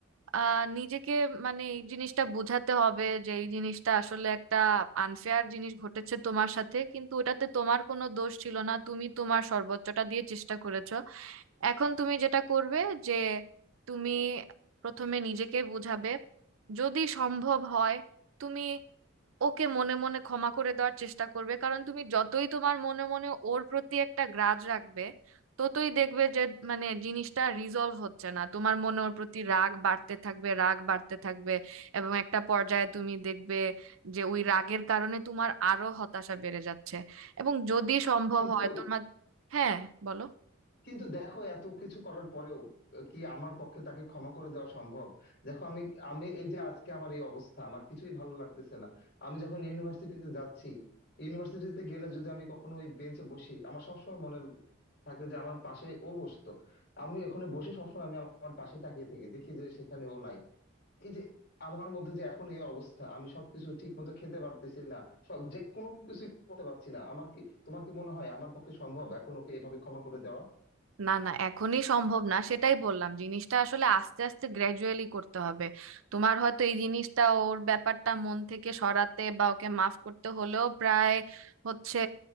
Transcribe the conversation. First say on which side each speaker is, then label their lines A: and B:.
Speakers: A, on the right; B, on the left.
A: আহ নিজেকে মানে এই জিনিসটা বোঝাতে হবে যে এই জিনিসটা আসলে একটা আনফেয়ার জিনিস ঘটেছে তোমার সাথে কিন্তু ওটাতে তোমার কোনো দোষ ছিল না তুমি তোমার সর্বোচ্চটা দিয়ে চেষ্টা করেছো এখন তুমি যেটা করবে যে তুমি প্রথমে নিজেকে বোঝাবে যদি সম্ভব হয় তুমি ওকে মনে মনে ক্ষমা করে দেওয়ার চেষ্টা করবে কারণ তুমি যতই তোমার মনে মনে ওর প্রতি একটা গ্রাজ রাখবে ততই দেখবে যে মানে জিনিসটা রিজলভ হচ্ছে না তোমার মনে ওর প্রতি রাগ বাড়তে থাকবে রাগ বাড়তে থাকবে এবং একটা পর্যায়ে তুমি দেখবে যে ওই রাগের কারণে তোমার আরো হতাশা বেড়ে যাচ্ছে এবং যদি সম্ভব
B: কিন্তু
A: হয় তোমার হ্যাঁ বলো
B: কিন্তু দেখো এত কিছু করার পরেও আহ, কি আমার পক্ষে তাকে ক্ষমা করে দেওয়া সম্ভব দেখো আমি আমি এই যে আজকে আমার এই অবস্থা আমার কিছুই ভালো লাগতেছে না আমি যখন ইউনিভার্সিটিতে যাচ্ছি ইউনিভার্সিটিতে গেলে যদি আমি কখনো ওই বেঞ্চে বসি আমার সবসময় মনে থাকে যে আমার পাশে ও বসতো আমি ওখানে বসে সবসময় আমি আমার পাশে তাকিয়ে থাকি দেখি যে সেখানে ও নাই এই যে আমার মধ্যে যে এখন এই অবস্থা আমি সবকিছু ঠিক মতো খেতে পারতেছি না সব যে কোনো কিছুই করতে পারছি না আমার কি তোমার কি মনে হয় আমার পক্ষে সম্ভব এখন ওকে এভাবে ক্ষমা করে দেওয়া
A: না না এখনই সম্ভব না সেটাই বললাম জিনিসটা আসলে আস্তে আস্তে গ্র্যাজুয়ালি করতে হবে তোমার হয়তো এই জিনিসটা ওর ব্যাপারটা মন থেকে সরাতে বা ওকে মাফ করতে হলেও প্রায় হচ্ছে